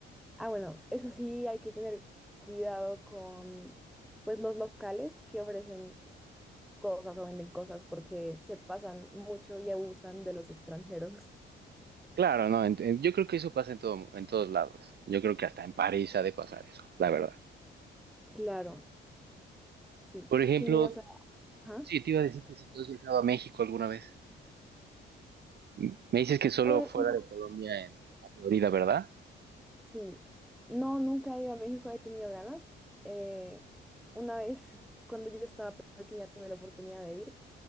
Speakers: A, in the centre; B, on the right.
A: ah, bueno, eso sí hay que tener cuidado con pues los locales que ofrecen cosas o venden cosas porque se pasan mucho y abusan de los extranjeros.
B: Claro, no, en- en- yo creo que eso pasa en todo, en todos lados. Yo creo que hasta en París ha de pasar eso, la verdad.
A: Claro. Sí,
B: Por ejemplo,
A: ¿qué me ibas a...? Ajá.
B: sí, te iba a decir que si tú has viajado a México alguna vez. M- Me dices que solo
A: Eh,
B: fuera
A: no,
B: de Colombia, en a Florida, ¿verdad?
A: sí, no, nunca he ido a México, he tenido ganas. Eh, una vez, <laughs> cuando yo estaba pequeña, tuve la oportunidad de ir,